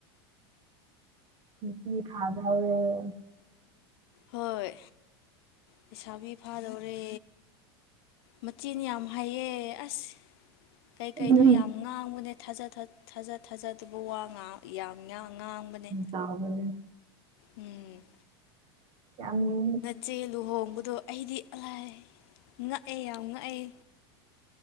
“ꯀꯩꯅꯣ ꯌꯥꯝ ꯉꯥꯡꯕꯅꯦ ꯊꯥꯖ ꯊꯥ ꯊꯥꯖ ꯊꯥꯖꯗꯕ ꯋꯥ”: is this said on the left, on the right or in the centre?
Left